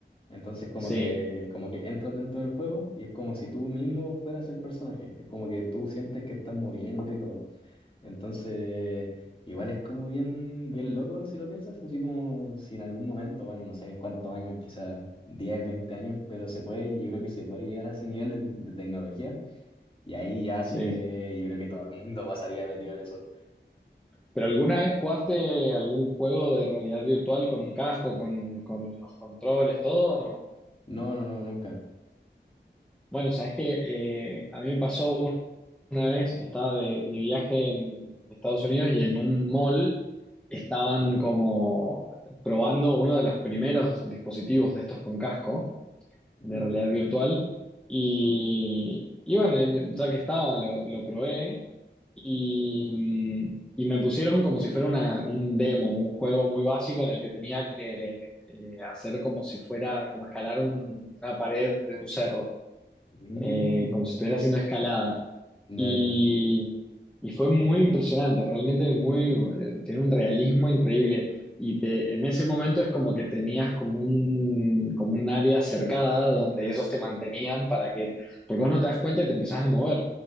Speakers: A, on the left; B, in the centre.
A: Entonces como
B: sí,
A: que, como que entras dentro del juego y es como si tú mismo fueras el personaje, es como que tú sientes que estás moviéndote y todo. Entonces, igual es como bien, bien loco si lo piensas, así como si en algún momento, bueno, no sé en cuántos años, quizás diez veinte años, pero se puede, yo creo que se puede llegar a ese nivel de, de tecnología y ahí ya
B: sí.
A: sí que yo creo que todo el mundo pasaría metido en eso.
B: ¿Pero alguna vez jugaste algún juego de realidad virtual con un casco, con, con los controles, todo? o no?
A: No, no, no, nunca.
B: Bueno, sabes que eh, a mí me pasó una vez, estaba de, de viaje en Estados Unidos y en un mall estaban como probando uno de los primeros dispositivos de estos con casco
A: Mira.
B: de realidad virtual. Y, y bueno, y ya que estaba, lo, lo probé y, mm, y me pusieron como si fuera una- un demo, un juego muy básico en el que tenía que eh, hacer como si fuera, como escalar un- una pared de un cerro
A: Mm,
B: eh, como si estuviera haciendo escalada.
A: ya,
B: Y,
A: ya,
B: y fue muy impresionante, realmente muy, eh, tiene un realismo increíble. Y te- en ese momento es como que tenías como un, como un área cercada donde ellos te mantenían para que, porque vos no te das cuenta y te empezás a mover.